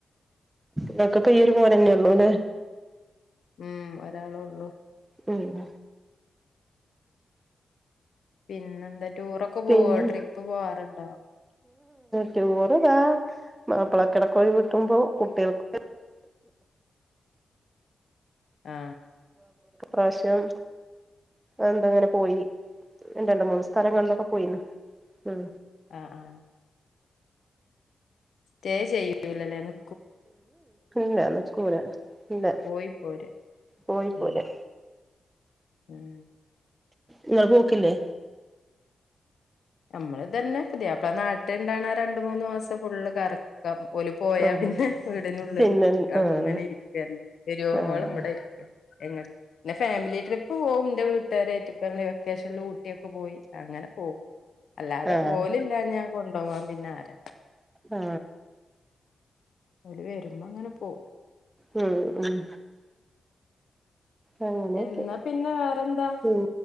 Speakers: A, on the right; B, on the left.
A: ങ്ങക്ക് പ്പ ഈ ഒരു മോനന്നെ ഉള്ളൂല്ലേ
B: ഉം ഒരാളൊള്ളൂ
A: ഉം ഉം
B: പിന്നെ എന്താ ടൂറൊക്കെ പോവോ
A: പിന്നെ
B: ട്രിപ്പ് പോവാറുണ്ടോ
A: ടൂർ താ മപ്പളക്കിടക്ക് ഒഴിവ്ട്ടുമ്പോ കോഴ കിട്ടുമ്പോ കുട്ടികൾക്ക്
B: ആ
A: പ്രാശ്യം എന്തങ്ങനെ പോയി രണ്ട് മൂന്ന് <unintelligible> സ്ഥ ലങ്ങളിലൊക്കെ പോയീണ്. ഉം
B: ആ ആ സ്റ്റേ ചെയ്യൂല്ലല്ലേ നി
A: ഇല്ല നിക്കൂല ഇല്ല
B: പോയി പോരാ
A: പോയി പോരാ
B: ഉം ഉം
A: ഇയാൾ പോക്കില്ലേ
B: നമ്മള് ഇതന്നെ പുതിയാപ്ല നാട്ടിലി ണ്ടാണ ആ രണ്ട്‌ മൂന്ന് മാസം ഫുള്ള് കറക്കം ഓല് പോയാ
A: ആഹ്
B: പിന്നെ വീടിനുള്ളിൽ
A: പിന്നെ
B: കുത്തി ഇരി അങ്ങനെ
A: ആഹ്
B: ഇരിക്കന്നെ വെരുവോളം
A: ആഹ്
B: ഇവിടെ ഇരിക്ക എങ്ങന്ന ഫാമിലി ട്രിപ്പ് പോവും എന്റെ വീട്ടുകാരായിട്ട് വെക്കേഷനിൽ ഊട്ടി ഏക്ക് പോയി അങ്ങനെ പോവും അല്ലാതെ
A: ആഹ്
B: ഓലില്ലാഞ്ഞ കൊണ്ടോവാൻ പിന്നെ ആര
A: ആ
B: ഓല് വരുമ്പ അങ്ങനെ പോവും
A: ഉം ഉം അങ്ങനെയൊക്കെ
B: എന്നാ പിന്നെ വേറെന്താ
A: ഉം